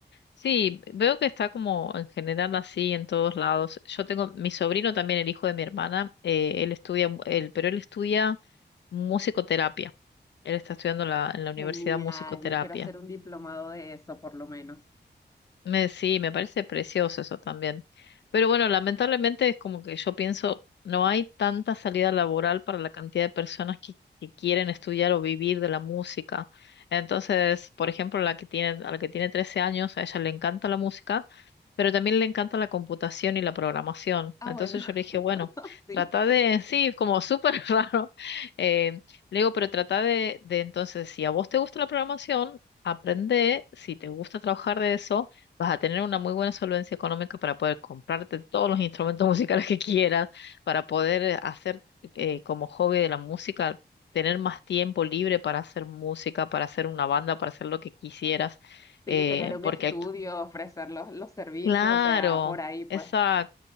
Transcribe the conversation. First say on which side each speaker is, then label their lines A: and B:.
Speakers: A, on the left; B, on the left.
A: Sí, veo que está como en general así en todos lados. Yo tengo mi sobrino también, el hijo de mi hermana, eh, él estudia, mu- él, pero él estudia musicoterapia. Él está estudiando en la en la universidad
B: Genial,
A: musicoterapia.
B: yo quiero hacer un diplomado de eso, por lo menos.
A: Me, sí, me parece precioso eso también. Pero bueno, lamentablemente es como que yo pienso, no hay tanta salida laboral para la cantidad de personas que, que quieren estudiar o vivir de la música. Entonces, por ejemplo, la que tiene, a la que tiene 13 años, a ella le encanta la música, pero también le encanta la computación y la programación.
B: Ah,
A: Entonces
B: bueno,
A: yo le dije, bueno,
B: <laughs> sí,
A: trata de, <laughs> sí, como súper <laughs> raro. eh, le digo, pero trata de, de entonces, si a vos te gusta la programación, aprende, si te gusta trabajar de eso vas a tener una muy buena solvencia económica para poder comprarte todos los <laughs> instrumentos musicales que quieras, para poder eh, hacer eh, como hobby de la música, tener más tiempo libre para hacer música, para hacer una banda, para hacer lo que quisieras,
B: sí,
A: eh,
B: tener un
A: porque
B: estudio,
A: aquí,
B: ofrecer los, los servicios,
A: claro,
B: o sea, por ahí, pues.
A: exacto.